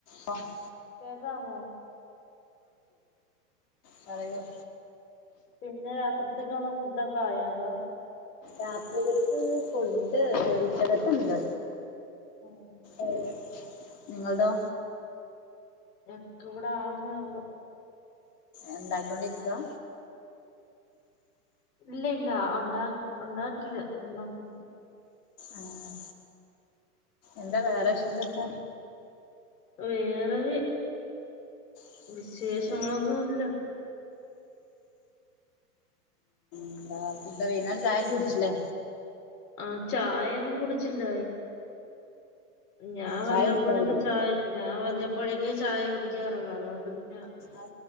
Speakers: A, on the left; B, on the left.
A: വാഹ്
B: കേക്കാമോ
A: പറയോ
B: പിന്നെ രാത്രിത്തേകുള്ള ഫുഡക്ക ആയോ അതോ
A: രാത്രികക്ക് ഫുഡ് ഉച്ചകത്തുണ്ട്
B: ഉം,
A: ആ നിങ്ങള്ടോ
B: എനക്ക് ഇവിടെ ആവുന്നേ ഒള്ളൂ
A: എന്താക്കോണ്ടിരിക്കുവാ
B: ഇല്ല ഇല്ല ഒണ്ട ഒണ്ടാക്കീല്ല ഒണ്ടാക്കണം
A: ആഹ് എന്താ വേറെ
B: ഉം
A: വിശേഷൊക്ക
B: വേറെ
A: <unintelligible>
B: വിശേഷങ്ങളൊന്നും
A: ഉ
B: ഇല്ല
A: എന്താ വൈകുനേരം ചായൊക്കെ കുടിച്ചില്ലേ
B: ആ ചായൊന്നും കുടിച്ചില്ല ഞാൻ വല്ലപ്പൊഴൊകെ
A: ചായ കുടിക്കാറില്ലേ
B: ചായ ഞാൻ വല്ല പ്പോഴേക്ക് ചായ കുടിക്കാറുള്ളൂ അതുകൊണ്ട് പിന്നെ
A: അ